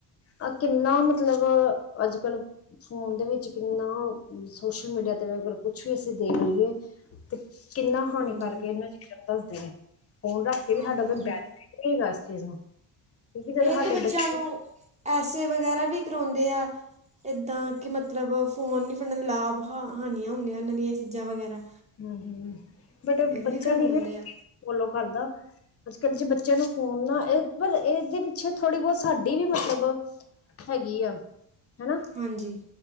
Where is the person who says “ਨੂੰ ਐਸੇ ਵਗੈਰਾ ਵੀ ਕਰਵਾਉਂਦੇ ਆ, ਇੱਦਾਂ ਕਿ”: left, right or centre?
Right